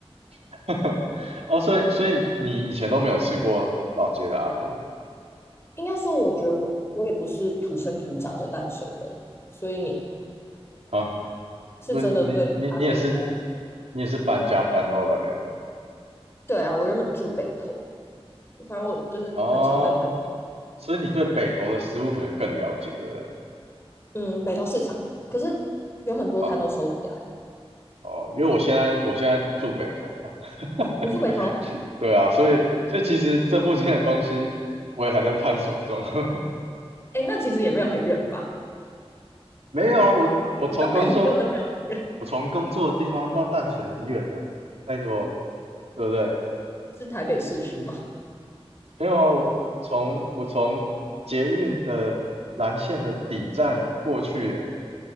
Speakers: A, on the right; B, on the left.
A: <laughs> 哦，所以所以你以前都没有吃过老街的阿给
B: 应该说，我觉得我我也不是土生土长的淡水人，所以你
A: 啊？
B: 是真的对阿给比较
A: 不是，你你你也是你也是搬家搬到那边的哦。
B: 对啊。我原本住北投，反正我就是很常在搬，
A: 哦，所以你对北投的食物可能更了解，对不对？
B: 嗯，北投市场，可是有很多摊都收起来了。
A: 啊，哦，因为我现在我现在住北投了。
B: 啊你住北投？
A: <laughs> 对啊，所以所以其实这附近的东西我也还在探索中。<laughs>
B: 哎，那其实也没有很远吧？
A: 没有啊，我我从工作，
B: 你知道淡水根本就没有很远，
A: 我从工作的地方到淡水很远啊，拜托啊，对不对？
B: 是台北市区吗？
A: 没有啊，我从我从捷运的蓝线的底站过去，诶，